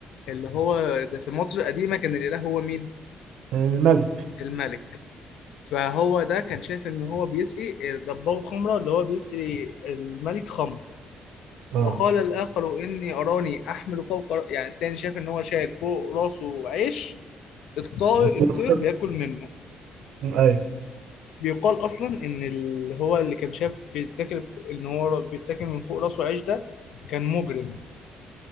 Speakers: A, on the left; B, on the right.
A: اللي هو زي في مصر القديمه كان الاله هو مين
B: الملك
A: الملك فهو ده كان شاف ان هو بيسقي ربه خمره اللي هو بيسقي الملك خمر
B: اه
A: وقال الاخر اني اراني احمل فوق ر- يعني التاني شاف ان هو شايل فوق راسه عيش الطائر
B: والتاني
A: الطير
B: والتاني-
A: بياكل منه
B: ايوه
A: بيقال اصلا ان اللي هو اللي كان شاف بيتاكل ف- ان هو بيتاكل من فوق راسه عيش ده كان مجرم